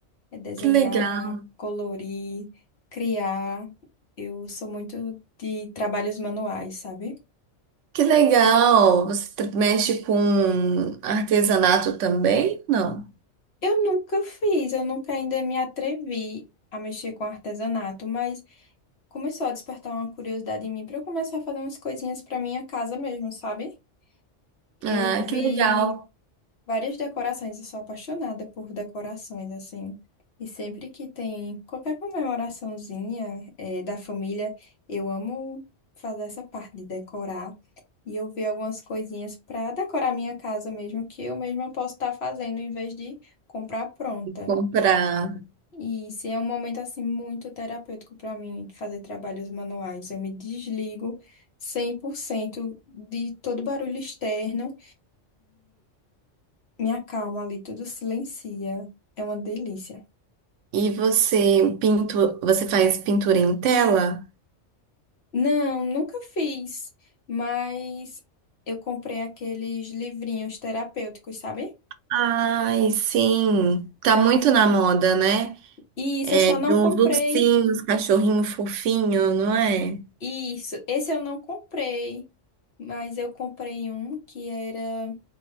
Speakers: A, on the left (about 60°); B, on the right (about 80°).
A: É desenhar,
B: Que legal.
A: colorir, criar. Eu sou muito de trabalhos manuais, sabe?
B: Que legal. Você tra- mexe com artesanato também? Não.
A: Eu nunca fiz, eu nunca ainda me atrevi a mexer com artesanato, mas começou a a despertar uma curiosidade em mim para para eu começar a fazer umas coisinhas para minha casa mesmo, sabe?
B: Ah,
A: Eu vi
B: que legal.
A: várias decorações, eu sou apaixonada por decorações, assim. E sempre que tem qualquer comemoraçãozinha, eh, da família, eu amo fazer essa parte de decorar. E eu vi algumas coisinhas para decorar minha casa mesmo, que eu mesma posso estar fazendo em vez de comprar pronta.
B: Comprar.
A: E se é um momento assim muito terapêutico para mim fazer trabalhos manuais, eu me desligo 100% de todo barulho externo. Me acalma ali, tudo silencia. É uma delícia.
B: E você pinto, você faz pintura em tela?
A: Não, nunca fiz, mas eu comprei aqueles livrinhos terapêuticos, sabe?
B: Ai, sim. Tá muito na moda, né?
A: E Isso,
B: É
A: eu só
B: De
A: não
B: uns
A: comprei.
B: ursinhos, cachorrinho fofinho, não é?
A: Isso, esse eu não comprei, mas eu comprei um que era